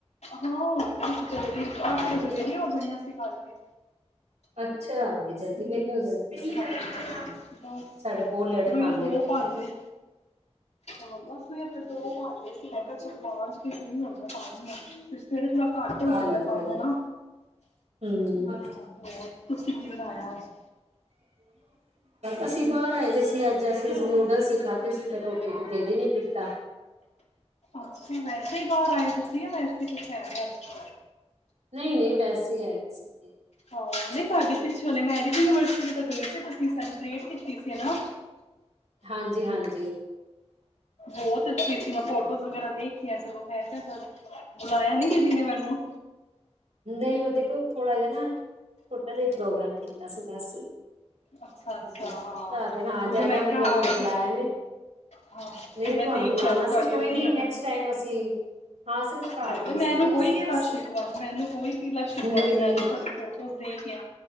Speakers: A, on the left; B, on the right.
A: ਹਾਂ ਹੋ ਗਿਆ ਅਜ ਜ਼ਲਦੀ। ਅੱਠ ਵਜੇ ਵੇਲੇ ਹੋ ਜਾਂਨੇ ਆਂ ਅਸੀ ਕਰਕੇ।
B: ਅੱਛਾ ਬੜੀ ਜਲਦੀ ਵੇਲੇ ਹੋ ਜਾਂ
A: ਹਾਂਜੀ ਬਸ
B: ਸਾਡੇ ਬੋ ਲੇਟ
A: ਰੋਈਏ
B: ਖਾਂਦੇ
A: ਦੋ
B: ਰੋਟੀ।
A: ਭਾਂਡੇ ਹਾਂ, ਬਸ ਸਵੇਰ ਦੇ ਦੋ ਭਾਂਡੇ ਸੀ, ਮੈਂ ਕਿਆ ਚਲ ਮਾਂਝ ਕੇ ਫ੍ਰੀ ਹੋ ਜਾਂ ਪਾਣੀ ਆ, ਫਿਰ ਸਵੇਰੇ ਥੋੜ੍ਹਾ ਘੱਟ ਹੋ
B: ਹਾਂਜੀ
A: ਜਾਂਦਾ ਐ ਕੰਮ
B: ਹਾਂਜੀ
A: ਹੈਨਾ,
B: ਹੂੰ
A: ਹੋਰ, ਤੁਸੀ ਕੀ ਬਣਾਇਆ ਅਜ?
B: ਅਸੀ ਬਾਰ ਆਏ ਦੇ ਸੀ ਅੱਜ, ਅਸੀ ਰਸ ਅਸੀ ਖਾਧੇ ਸੀ, ਫੇਰ ਰੋਟੀ ਤੇ ਦਿਲ ਈ ਨੀ ਕੀਤਾ।
A: ਅੱਛਾ, ਵੈਸੇ ਈ ਬਾਰ ਆਏਦੇ ਸੀ, ਯਾ ਵੈਸੇ ਈ ਕੁਛ ਹੈਗਾ ਅੱਜ?
B: ਨਈ-ਨਹੀਂ, ਵੈਸੇ ਈ ਆਏ ਦ ਸੀਗੇ।
A: ਹਾ, ਨਈ ਤੁਹਾਡੀ ਪਿੱਛੋਂ ਹੁਨੇ ਮੈਰਿਜ ਐਨੀਵਰਸਰੀ ਤਾ ਗਈ ਸੀ, ਤੁਸੀ ਸੈਲੀਬ੍ਰੇਟ ਕੀਤੀ ਸੀ ਹਨਾ?
B: ਹਾਂਜੀ-ਹਾਂਜੀ।
A: ਬੋਤ ਅੱਛੀ ਸੀ, ਮੈਂ ਫੋਟੋਜ਼ ਵਗੈਰਾ ਦੇਖੀਆਂ ਸਗੋਂ, 'ਮੈਂ ਕਿਹਾ ਚਲ ਬੁਲਾਇਆ ਨੀ ਕਿਸੇ ਨੇ ਮੈਨੂੰ।
B: ਨਈਂ, ਓ ਦੇਖੋ ਥੋੜਾ ਜਾ ਨਾ, ਛੋਟਾ ਜਾ ਈ ਪ੍ਰੋਗਰਾਮ ਕੀਤਾ ਸੀਗਾ ਬਸ।
A: ਅੱਛਾ ਅੱਛਾ
B: ਮਤਲਬ,
A: ਹਾਂ
B: ਘਰ ਦੇ ਹਾਂ
A: ਉਹੀਓ
B: ਜਾਦਾ
A: ਮੈਂ
B: ਮਤਲਬ
A: ਕਿਹਾ ਹਾਂ ਮੈਂ
B: ਬੁਲਾਇਆ
A: ਤੇ
B: ਨੀ।
A: ਹਾਂ
B: ਨਹੀ,
A: ਮੈਂ
B: ਤੁਹਾਨੂੰ
A: ਦੇਖਿਆ
B: ਬੁਲਾਣਾ ਸੀ,
A: ਤੁਹਾਡੀ
B: ਕੋਈ
A: ਆਪਣੀ
B: ਨੀ ਨੈਕਸਟ ਟਾਈਮ ਅਸੀ, ਹਾਂ ਸਿਰਫ ਘਰ
A: ਨਈ,
B: ਦੇ ਹੀ
A: ਮੈਨੂੰ
B: ਸੀਗੇ
A: ਕੋਈ
B: ਅਸੀਂ
A: ਗਿਲਾ-ਸ਼ਿਕਵਾ
B: ਬਸ
A: ਮੈਨੂੰ ਕੋਈ ਗਿਲਾ-ਸ਼ਿਕਵਾ
B: ਨਹੀਂ
A: ਨੀ,
B: ਨਹੀਂ
A: ਮੈਂ ਤੇ ਤੁਹਾਡੀ ਫੋਟੋਜ਼ ਦੇਖੀਆਂ,